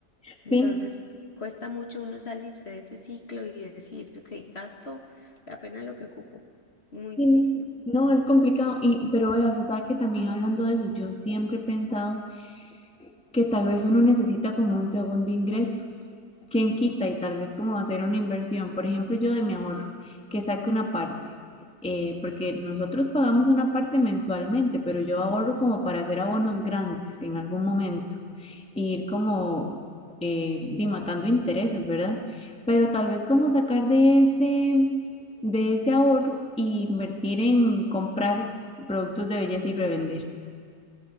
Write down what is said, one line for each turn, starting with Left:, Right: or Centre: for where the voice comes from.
Centre: Sí,
Left: Entonces, cuesta mucho uno salirse de ese ciclo y decir, ok, gasto apenas lo que ocupo. Muy
Centre: sí,
Left: difícil.
Centre: no, no, es complicado. Y, pero vea, o sea, sabe que también hablando de eso, yo siempre he pensado que tal vez uno necesita como un segundo ingreso. ¿Quién quita? Y tal vez como hacer una inversión. Por ejemplo, yo de mi ahorro, que saque una parte, eh, porque nosotros pagamos una parte mensualmente, pero yo ahorro como para hacer abonos grandes en algún momento, e ir como eh, di, matando intereses, ¿verdad? Pero tal vez como sacar de ese, de ese ahorro e invertir en comprar productos de belleza y revender.